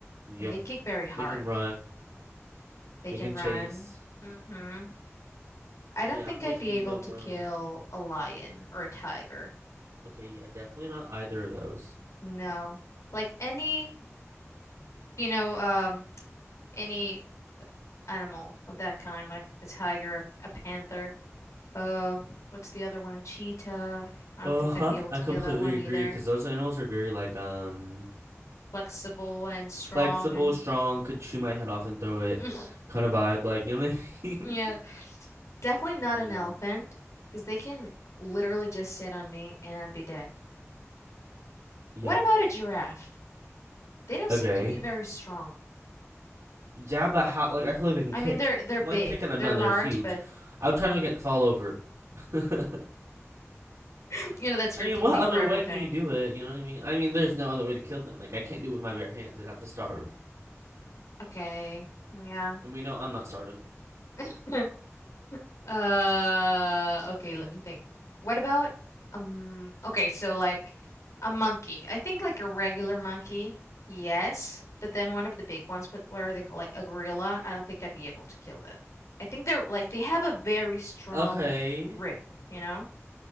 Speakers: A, on the right (about 80°); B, on the left (about 85°).
A: Yep.
B: and they kick very hard.
A: They can run.
B: They
A: They
B: can
A: can
B: run.
A: chase.
B: hmm I
A: So
B: don't
A: yeah,
B: think
A: horse
B: I'd be
A: would be
B: able
A: no
B: to
A: bueno.
B: kill a lion or a tiger.
A: Okay, yeah, definitely not either of those.
B: No. Like any, you know, um, any animal of that kind, like a tiger, a panther, uh, what's the other one? A cheetah. I
A: Uh-huh.
B: don't think I'd be able
A: I
B: to
A: completely
B: kill that one
A: agree
B: either.
A: because those animals are very like um
B: Flexible and strong
A: flexible, strong, could chew my head off and throw it
B: and <laughs>
A: kind of vibe, like you know what
B: <sniffs>
A: I
B: yeah.
A: mean?
B: Definitely not
A: <laughs>
B: an elephant,
A: Yeah.
B: because they can literally just sit on me and I'd be dead.
A: Yeah.
B: What about a giraffe? They don't
A: Okay.
B: seem to be very strong.
A: Yeah, but how like I feel like they can
B: I
A: kick.
B: mean, they're they're
A: One
B: big,
A: kick and
B: they're
A: I'm done.
B: large,
A: They're huge.
B: but
A: I would try to make it fall over. <laughs> I
B: <laughs> you know that's your
A: mean,
B: technique
A: what other
B: for everything.
A: way can you do it? You know what I mean? I mean, there's no other way to kill them. Like I can't do it with my bare hands. I'd have to starve.
B: Okay, yeah.
A: And we know I'm not starving.
B: <laughs> Uh,
A: So
B: okay, let me think. What about um, okay, so like a monkey. I think like a regular monkey, yes, but then one of the big ones, but what are they called? Like a gorilla. I don't think I'd be able to kill that. I think they're like they have a very strong
A: Okay.
B: grip, you know?